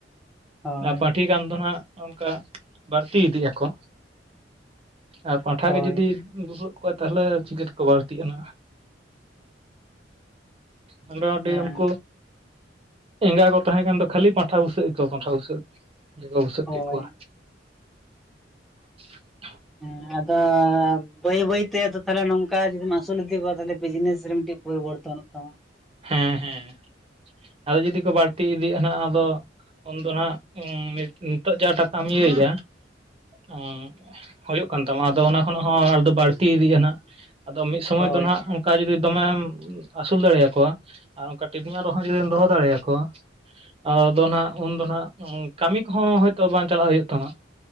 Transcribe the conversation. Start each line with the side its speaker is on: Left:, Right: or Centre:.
Centre: ᱦᱳᱭ
Right: ᱟᱨ ᱯᱟᱹᱴᱷᱤ ᱠᱟᱱ ᱫᱚ ᱱᱟᱜ ᱚᱱᱠᱟᱹ ᱵᱟᱹᱲᱛᱤ ᱤᱫᱤᱜ ᱟᱠᱚ ᱟᱨ ᱯᱟᱸᱴᱷᱟ
Centre: ᱦᱳᱭ
Right: ᱜᱮ ᱡᱩᱫᱤ ᱵᱩᱥᱟᱹᱜ ᱠᱚᱣᱟᱹ ᱛᱟᱦᱞᱮ ᱪᱤᱠᱟᱹ ᱛᱮ ᱠᱚ ᱵᱟᱹᱲᱛᱤᱜᱼᱟ ᱦ ᱟᱸᱫᱚ ᱟᱰᱤ
Centre: ᱦᱮᱸ
Right: ᱩᱱᱠᱩ ᱮᱸᱜᱟ ᱠᱚ ᱛᱟᱦᱮᱸ ᱠᱟᱱ ᱫᱚ ᱠᱷᱟᱹᱞᱤ ᱯᱟᱱᱴᱷᱟ ᱵᱩᱥᱟᱹᱜ ᱜᱮ ᱠᱚ ᱯᱟᱱᱴᱷᱟ ᱵᱩᱥᱟᱹᱜ ᱠᱮᱫ ᱯᱟᱴᱷᱟ ᱵᱩᱥᱟᱹᱜ
Centre: ᱦᱳᱭ
Right: ᱠᱮᱫ ᱠᱚᱣᱟ
Centre: ᱦᱮᱸ
Right: <unintelligible>
Centre: ᱦᱮᱸ ᱟᱫᱚ ᱵᱟᱹᱭ ᱵᱟᱹᱭ ᱛᱮ ᱟᱫᱚ ᱛᱟᱻᱞᱮ ᱱᱚᱝᱠᱟ ᱡᱩᱫᱤᱢ ᱟᱹᱥᱩᱞ ᱤᱫᱤ ᱠᱚᱣᱟ ᱛᱟᱻᱞᱮ ᱵᱤᱡᱱᱮᱥ ᱨᱮ ᱢᱤᱫᱴᱮᱡ ᱯᱚᱨᱤᱵᱚᱨᱛᱚᱱᱚᱜ ᱛᱟᱢᱟ
Right: ᱦᱮᱸ ᱦᱮᱸ ᱟᱫᱚ ᱡᱩᱫᱤ ᱠᱚ ᱵᱟᱹᱲᱛᱤ ᱤᱫᱤᱜ ᱟᱱᱟᱜ ᱟᱫᱚ ᱩᱱ ᱫᱦᱚ ᱱᱟᱜ ᱱᱤᱛᱚᱜ ᱡᱟᱦᱟᱸᱴᱟᱠᱟᱢ ᱤᱭᱟᱹᱭᱮᱜ ᱟ ᱦᱩᱭᱩᱜ ᱠᱟᱱ ᱛᱟᱢᱟ ᱟᱫᱚ ᱚᱱᱟ ᱠᱷᱚᱱ ᱦᱚᱸ ᱟᱫᱚ ᱵᱟᱹᱲᱛᱤ ᱤᱫᱤᱜᱼᱟ ᱱᱟᱜ ᱟᱫᱚ ᱢᱤᱫ ᱥᱚᱢᱚᱭ
Centre: ᱦᱳᱭ
Right: ᱫᱚ ᱱᱟᱜ
Centre: ᱦᱳᱭ
Right: ᱚᱱᱠᱟ ᱡᱩᱫᱤ ᱫᱚᱢᱮᱢ ᱟᱹᱥᱩᱞ ᱫᱟᱲᱮᱭᱟᱠᱚᱣᱟ ᱟᱨ ᱚᱱᱠᱟ ᱴᱤᱠᱱᱟ. ᱨᱮᱦᱚᱸ ᱡᱩᱫᱤᱢ ᱫᱚᱦᱚ ᱫᱟᱨᱮ ᱟᱠᱚᱣᱟ ᱟᱫᱚ ᱱᱟᱜ ᱩᱱᱫᱚ ᱱᱟᱜ ᱠᱟᱹᱢᱤ ᱠᱚᱦᱚᱸ ᱦᱳᱭᱛᱳ ᱵᱟᱝ ᱪᱟᱞᱟᱜ ᱦᱩᱭᱩᱜ ᱛᱟᱢᱟ